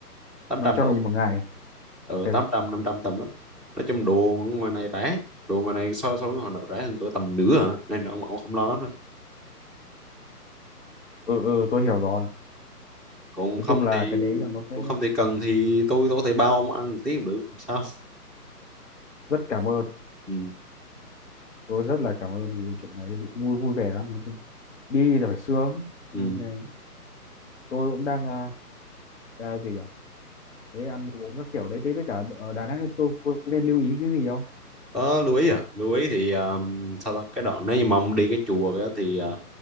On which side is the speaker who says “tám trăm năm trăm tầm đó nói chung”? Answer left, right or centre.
Centre